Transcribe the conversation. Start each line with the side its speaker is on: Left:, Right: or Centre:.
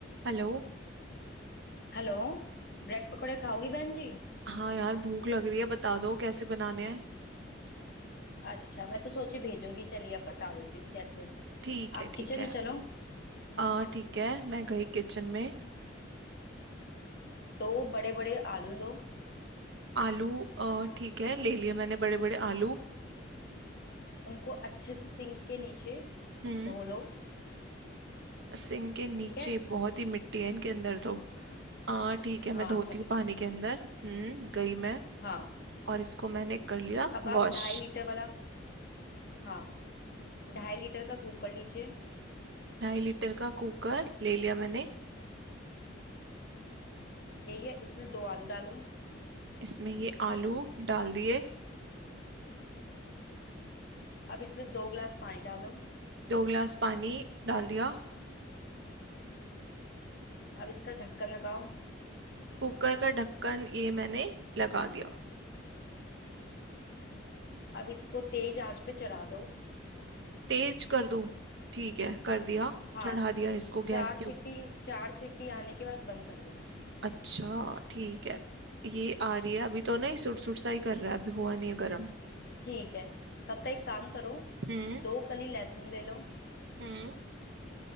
Right: Hello
Left: हेलो ब्रेड पकौड़े खाओगी बहन जी
Right: हाँ यार भूख लग रही है बता दो कैसे बनाने हैं
Left: अच्छा मैं तो सोची भेजूंगी चलिए अब बता देती हूँ कैसे
Right: ठीक
Left: आप
Right: है ठीक
Left: किचन
Right: है
Left: में चलो
Right: आ ठीक है मैं गई किचन में
Left: दो बड़े बड़े आलू लो
Right: आलू आ ठीक है ले लिए मैंने बड़े बड़े आलू
Left: उनको अच्छे से सिंक के नीचे
Right: हम्म
Left: धो लो
Right: सिंक के नीचे
Left: ठीक है
Right: बहुत ही मिट्टी है इनके अंदर तो आ ठीक है
Left: हाँ
Right: मैं धोती
Left: तभी
Right: हूँ पानी के अंदर हम्म गई मैं
Left: हाँ
Right: और इसको मैंने कर लिया
Left: अब
Right: वॉश
Left: आप ढाई लीटर वाला हाँ ढाई लीटर का कुकर लीजिए
Right: ढाई लीटर का कुकर ले लिया मैंने
Left: ले लिया इसमें दो आलू डालो
Right: इसमें ये आलू डाल दिए
Left: अब इसमें दो ग्लास पानी डालो
Right: दो गिलास पानी डाल दिया
Left: अब इसका ढक्कन लगाओ
Right: कुकर का ढक्कन ये मैंने लगा दिया
Left: अब इसको तेज आंच पे चढ़ा दो
Right: तेज कर दूं ठीक है कर दिया
Left: हाँ
Right: चढ़ा दिया इसको
Left: चार
Right: गैस के
Left: सीटी
Right: ऊपर
Left: चार सीटी आने के बाद बंद कर देना
Right: अच्छा ठीक है ये आ रही है अभी तो नहीं सुट सुट सा ही कर रहा है अभी हुआ नहीं है गर्म
Left: ठीक है तब तक एक काम करो
Right: हम्म
Left: दो कली लहसुन ले लो
Right: हम्म